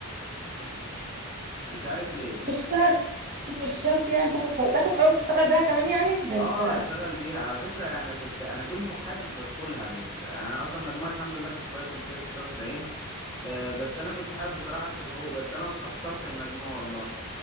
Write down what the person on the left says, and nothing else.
يعني مش عارف ليه
اه
اشتغل بيها على فكره يعني انا كنت انا كنت حابب ادخلها مش يعني انا اصلا مجموعي الحمد لله كنت كويس كنت جايب 96 آه، بس انا كنت حابب بصراحه ادخل حقوق بس انا استخسرت المجموع والله